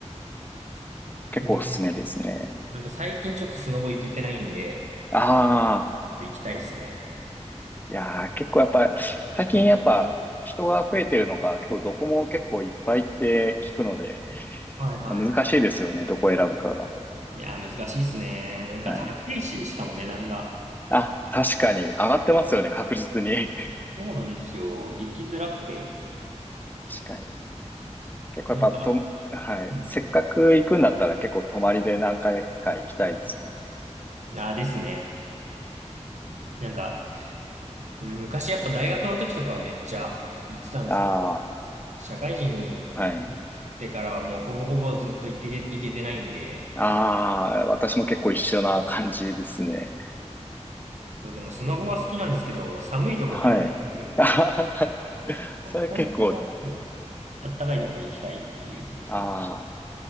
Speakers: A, on the left (about 15°); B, on the right (about 75°).
A: 結構おすすめですね。
B: ええなんか最近ちょっとスノボ行けてないんで、
A: ああ、
B: 行きたいですね。
A: いやー、結構やっぱ、最近やっぱ人が増えてるのか、結構どこも結構いっぱいって聞くので、
B: はいはい。
A: 難しいですよね、どこを選ぶかが。
B: いやー、難しいっすね。なんか高いし、
A: はい。
B: しかも値段が。
A: あ、確かに、上がってますよね、確実に。<laughs>
B: そうなんですよ。行きづらくて。
A: 確かに。結構やっぱと、
B: なんか、
A: はい。
B: うん。
A: せっかく行くんだったら結構泊まりで何回か行きたいですね。
B: あーですね。なんか、うん昔やっぱ大学の時とかはめっちゃ行ってたんですけど
A: ああ、
B: 社会人になってからはもうほぼほぼずっと行ってけ、
A: はい。
B: 行けてないんで、
A: ああ、私も結構一緒な感じですね。
B: そうでもスノボは好きなんですけど、寒いとこ苦手なんで、
A: はい。<laughs> あははそれ結構、
B: 本当はそうあったかいとこに行きたいっていう。
A: ああ、